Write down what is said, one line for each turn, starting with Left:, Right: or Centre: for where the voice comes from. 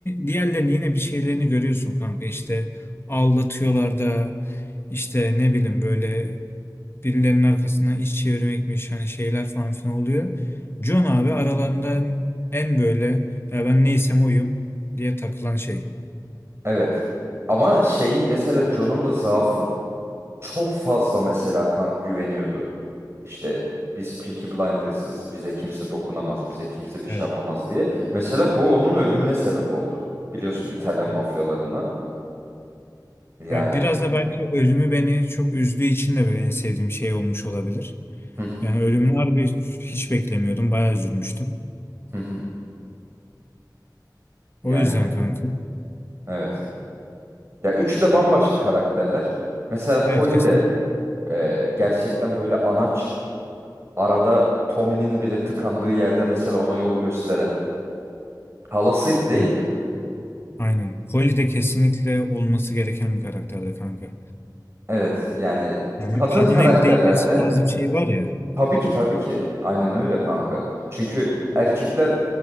Left: diğerlerini yine bir şeylerini görüyorsun kanka. İşte aldatıyorlar da işte ne bileyim böyle birilerinin arkasından iş çevirmekmiş hani şeyler falan filan oluyor. John abi aralarından en böyle ya ben neysem oyum diye takılan şey.
Right: Evet. Ama şeyin mesela John'un da zaafı çok fazla mesela kank güveniyordu. İşte biz Peaky Blinders'ız. Bize kimse dokunamaz. Bize kimse bir şey
Left: Evet.
Right: yapamaz diye. Mesela
Left: Doğru.
Right: bu onun ölümüne sebep oldu. Biliyorsun İtalyan
Left: Doğru.
Right: mafyalarına. Yani
Left: Ya biraz da belki ölümü beni çok üzdüğü için de böyle en sevdiğim şey olmuş olabilir.
Right: hı hı
Left: Yani ölümünü harbi hiç beklemiyordum. Bayağı üzülmüştüm.
Right: hı hı. Yani
Left: O yüzden kanka.
Right: evet. Ya üçü de bambaşka karakterler. Mesela
Left: Evet
Right: Polly
Left: kesinlikle.
Right: de e, gerçekten böyle anaç. Arada Tommy'nin bile tıkandığı yerde mesela ona yol gösteren. Halasıydı değil
Left: Ben-
Right: mi?
Left: Aynen. Polly de kesinlikle olması gereken bir karakterde kanka.
Right: Evet yani
Left: Yani
Right: kadın
Left: bir kadın
Right: karakterlerde
Left: eli değmesi lazım şey var ya.
Right: Tabii ki tabii ki. Aynen öyle kanka. Çünkü erkekler